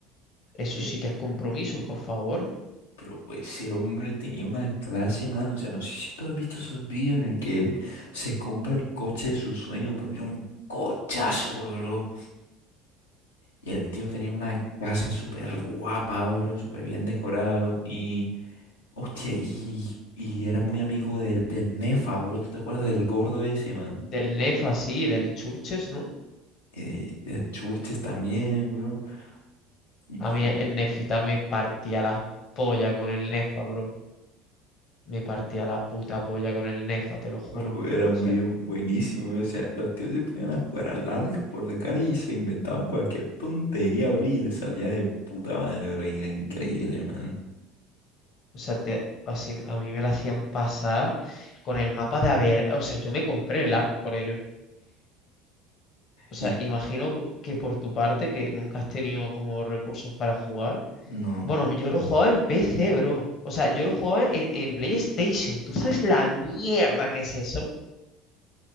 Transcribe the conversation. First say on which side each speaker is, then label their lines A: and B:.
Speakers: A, on the left; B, on the left.
A: eso
B: Eh,
A: sí que es compromiso, por favor.
B: pero pues ese hombre tenía una clase, mano. O sea, no sé si tú has visto esos vídeos en el que él se compra el coche de sus sueños, bro. Era un cochazo, bro. Y el tío tenía una casa súper guapa, bro, súper bien decorada, bro. Y, hostia, y, y era muy amigo del, del Nefa, bro. ¿Tú te acuerdas del gordo ese, man?
A: Del Nef así, del Churches, ¿no?
B: Eh, el Churches también, bro. Y
A: A
B: que,
A: mí el Nefita me partía la polla con el Nefa, bro. Me partía la puta polla con el Nefa, te lo juro.
B: bro,
A: O
B: eran
A: sea,
B: bien buenísimos, bro. O sea, los tíos se ponían a jugar al arco por la cara y se inventaban cualquier tontería, bro. Y les salía de puta madre, bro. y era increíble, man.
A: O sea, te- así, a mí me la hacían pasar con el mapa de haber, o sea, yo me compré el ARC por ello. O sea,
B: Y
A: imagino p- que por tu parte, que nunca has tenido como recursos para jugar.
B: no,
A: Bueno, yo lo jugaba en PC, bro. O sea, yo lo jugaba en, en PlayStation. ¿Tú sabes la mierda que es eso?